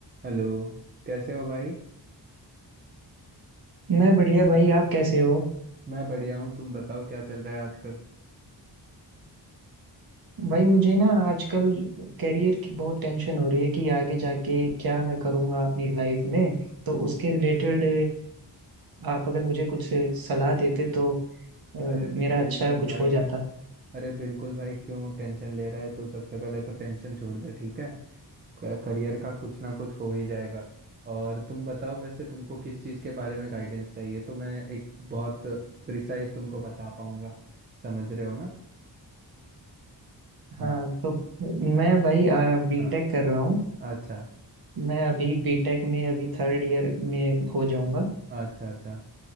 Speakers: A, on the right (about 25°); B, on the right (about 55°).
A: हेलो कैसे हो भाई
B: मैं बढ़िया भाई आप कैसे हो
A: मैं बढ़िया हूँ तुम बताओ क्या चल रहा है आजकल
B: भाई मुझे ना आजकल करियर की बहुत टेंशन हो रही है कि आगे जाके क्या मैं करूँगा अपनी लाइफ में तो
A: हम्म
B: उसके रिलेटेड आप अगर मुझे कुछ सलाह देते तो अ, मेरा
A: अरे बिल्कुल
B: अच्छा कुछ
A: भाई
B: हो जाता
A: अरे बिल्कुल भाई क्यों टेंशन ले रहा है तो सबसे पहले तो टेंशन छोड़ दे ठीक है क- करियर का कुछ ना कुछ हो ही जाएगा और तुम बताओ वैसे तुमको किस चीज़ के बारे में गाइडेंस चाहिए तो मैं एक बहुत प्रिसाइज तुमको बता पाऊंगा समझ रहे हो ना हाँ
B: हाँ तो मैं भाई बीटेक
A: हाँ
B: कर रहा हूँ
A: अच्छा
B: मैं अभी बीटेक में अभी थर्ड ईयर में हो जाऊंगा
A: अच्छा अच्छा